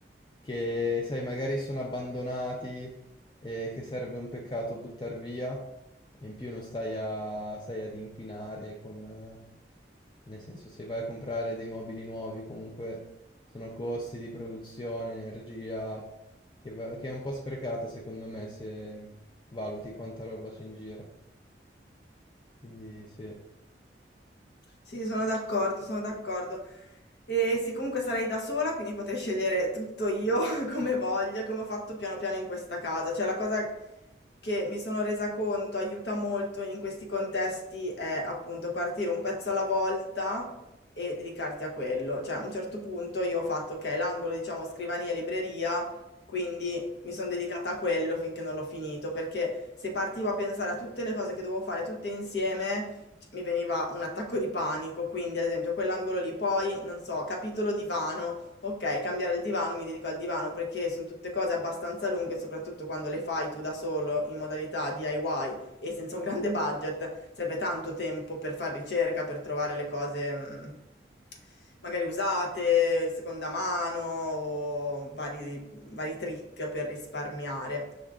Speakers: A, on the left; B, on the left.
A: che, sai, magari sono abbandonati, e che sarebbe un peccato buttar via e in più non stai, a, stai ad inquinare con... eh, Nel senso, se vai a comprare dei mobili nuovi, comunque sono costi di produzione, energia, che, va- che è un po' sprecata secondo me se valuti quanta roba c'è in giro. Quindi sì. Ok.
B: Sì, sono d'accordo, sono d'accordo. E sì, comunque sarei da sola, quindi potrei scegliere tutto io <laughs> come voglio, come ho fatto piano piano in questa casa. Cioè, la cosa che mi sono resa conto aiuta molto in questi contesti è appunto partire un pezzo alla volta e dedicarti a quello. Cioè, a un certo punto io ho fatto, ok, l'angolo, diciamo, scrivania e libreria, quindi mi sono dedicata a quello finché non l'ho finito, perché se partivo a pensare a tutte le cose che dovevo fare tutte insieme c- mi veniva un attacco di panico, quindi ad esempio quell'angolo lì, poi non so, capitolo divano, ok, cambiare il divano, mi dedico al divano perché sono tutte cose abbastanza lunghe, soprattutto quando le fai tu da solo in modalità DIY e senza un grande budget serve tanto tempo per fare ricerca, per trovare le cose mh, magari usate, seconda mano o vari, vari trick per risparmiare.